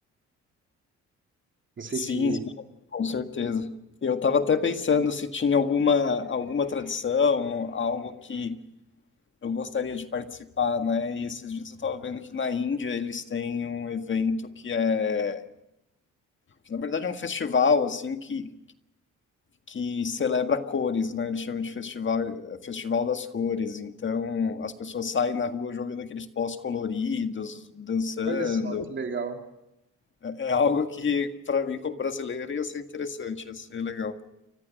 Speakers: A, on the right (about 40°); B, on the left (about 40°).
A: Não
B: sim,
A: sei se.
B: sim, com certeza. Eu estava até pensando se tinha alguma, alguma tradição, algo que eu gostaria de participar, né? E esses dias eu estava vendo que na Índia eles têm um evento que é, que na verdade é um festival assim que que celebra cores, né? Eles chamam de festival, festival das cores. Então as pessoas saem na rua jogando aqueles pós coloridos, dançando.
A: Olha só que legal.
B: É, é algo que para mim como brasileiro ia ser interessante, ia ser legal.